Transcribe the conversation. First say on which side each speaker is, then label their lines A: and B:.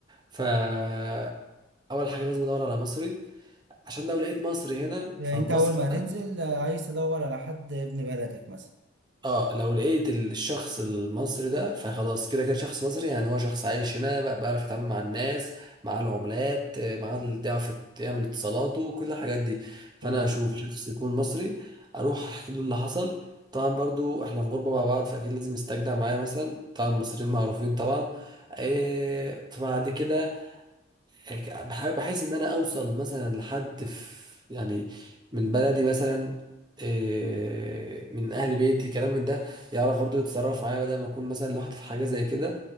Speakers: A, on the right; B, on the right.
A: فاول حاجه لازم ادور على مصري عشان لو لقيت مصري هنا
B: يعني
A: فالمصري
B: انت أول ما
A: ده
B: هتنزل آه، عايز تدور على حد ابن بلدك مثلا
A: اه لو لقيت الشخص المصري ده فخلاص كده كده شخص مصري يعني هو شخص عايش هنا بقى- بيعرف يتعامل مع الناس مع العملات آه، مع ال- بيعرف يعمل اتصالاته كل الحاجات دي فانا
B: تمام
A: اشوف شخص يكون مصري اروح احكي له اللي حصل طبعا برضو احنا في غربة مع بعض فاكيد لازم يستجدع معايا مثلا طبعا المصريين معروفين طبعا آه فبعد كده هيك- بح- بحيث ان انا اوصل مثلا لحد في يعني من بلدي مثلا إيه، من اهل بيتي كلام من ده يعرف برضه يتصرف معايا بدل ما اكون مثلا لوحدي في حاجه زي كده